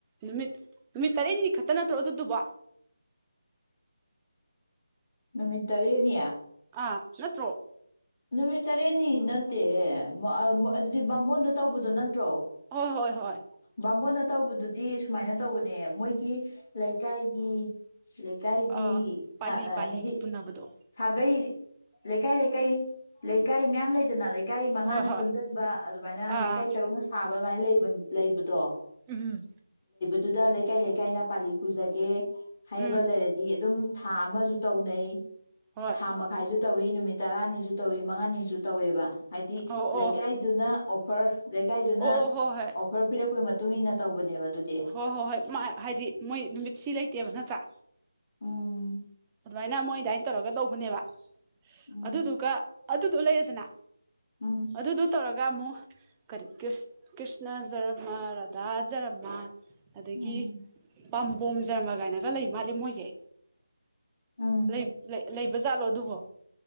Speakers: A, on the right (about 15°); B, on the left (about 35°).
A: ꯅꯨꯃꯤꯠ ꯅꯨꯃꯤꯠ ꯇꯔꯦꯠꯅꯤ ꯈꯛꯇ ꯅꯠꯇ꯭ꯔꯣ ꯑꯗꯨ ꯑꯗꯨꯕꯣ
B: ꯅꯨꯃꯤꯠ ꯇꯔꯦꯠꯅꯤ
A: ꯑ ꯅꯠꯇ꯭ꯔꯣ
B: ꯅꯨꯃꯤꯠ ꯇꯔꯦꯠꯅꯤ ꯅꯠꯇꯦꯍꯦ ꯃꯣ- ꯑꯥ- ꯃꯣꯏ- ꯑꯗꯨꯗꯤ ꯕꯥꯃꯣꯟꯗ ꯇꯧꯕꯗꯣ ꯅꯠꯇ꯭ꯔꯣ
A: ꯍꯣꯏ ꯍꯣꯏ ꯍꯣꯏ
B: ꯕꯥꯃꯣꯟꯅ ꯇꯧꯕꯗꯨꯗꯤ ꯁꯨꯃꯥꯏꯅ ꯇꯧꯕꯅꯦ ꯃꯣꯏꯒ ꯒꯤ ꯂꯩꯀꯥꯏꯒꯤ ꯂꯩꯀꯥꯏꯒꯤ
A: ꯑꯥ ꯄꯥꯂꯤ
B: ꯍꯥ- ꯑꯥ-
A: ꯄꯥꯂꯤꯒ
B: ꯍꯥꯏꯗꯤ
A: ꯄꯨꯟꯅꯕꯗꯣ
B: ꯁꯥꯒꯩ ꯂꯩꯀꯥꯏ ꯂꯩꯀꯥꯏ ꯂꯩꯀꯥꯏ ꯃꯌꯥꯝ ꯂꯩꯗꯅ ꯂꯩ ꯂꯩꯀꯥꯏ ꯃꯉꯥꯅ
A: ꯍꯣꯏ ꯍꯣꯏ
B: ꯄꯨꯟꯁꯤꯟꯕ ꯑꯗꯨꯃꯥꯏꯅ
A: ꯑꯥ
B: ꯂꯩꯀꯥꯏ ꯇꯔꯨꯛꯅ ꯁꯥꯕ <unintelligible> ꯂꯩꯕꯗꯣ
A: ꯎꯝ
B: ꯑꯗꯨꯗ ꯂꯩꯀꯥꯏ ꯂꯩꯀꯥꯏꯅ ꯄꯥꯂꯤ ꯄꯨꯖꯒꯦ ꯍꯥꯏꯕ
A: ꯎꯝ
B: ꯂꯩꯔꯗꯤ ꯑꯗꯨꯝ ꯊꯥ ꯑꯃꯁꯨ ꯇꯧꯅꯩ
A: ꯍꯣꯏ
B: ꯊꯥ ꯃꯈꯥꯏꯁꯨ ꯇꯧꯋꯤ ꯅꯨꯃꯤꯠ ꯇꯔꯥꯅꯤ ꯁꯨ ꯇꯧꯋꯤ ꯃꯉꯥꯅꯤꯁꯨ ꯇꯧꯋꯦꯕ ꯍꯥꯏꯗꯤ
A: ꯑꯣ ꯑꯣ
B: ꯂꯩꯀꯥꯏꯗꯨꯅ ꯑꯣꯐꯔ ꯂꯩꯀꯥꯏꯗꯨꯅ
A: ꯑꯣ ꯍꯣꯏ ꯍꯣꯏ
B: ꯑꯣꯐꯔ ꯄꯤꯔꯛꯄꯒꯤ ꯃꯇꯨꯡ ꯏꯟꯅ ꯇꯧꯕꯅꯦꯕ ꯑꯗꯨꯗꯤ
A: ꯍꯣꯏ ꯍꯣꯏ ꯍꯣꯏ ꯃ- ꯍꯥꯏꯗꯤ ꯃꯣꯏ ꯅꯨꯃꯤꯠ ꯁꯤ ꯂꯩꯇꯦꯕ ꯅꯠꯇ꯭ꯔꯥ
B: ꯎꯝ
A: ꯑꯗꯨꯃꯥꯏꯅ ꯃꯣꯏ ꯑꯗꯨꯃꯥꯏꯅ ꯇꯧꯔꯒ ꯇꯧꯕꯅꯦꯕ
B: ꯎꯝ
A: ꯑꯗꯨꯗꯨꯒ ꯑꯗꯨꯗꯣ ꯂꯩ ꯗꯅꯥ
B: ꯎꯝ
A: ꯑꯗꯨꯗꯨ ꯇꯧꯔꯒ ꯑꯃꯨꯛ ꯀꯔꯤ ꯀ꯭ꯔꯤꯁ ꯀ꯭ꯔꯤꯁꯅ ꯖꯔꯃ ꯔꯥꯙꯥ ꯖꯔꯃ ꯑꯗꯒꯤ
B: ꯎꯝ
A: ꯄꯝ ꯕꯣꯝ ꯖꯔꯃ ꯀꯥꯏꯅꯒ ꯂꯩ ꯃꯥꯂꯦ ꯃꯣꯏꯁꯦ
B: ꯎꯝ
A: ꯂꯩ ꯂꯩ ꯂꯩ ꯕꯖꯥꯠꯂꯣ ꯑꯗꯨꯕꯣ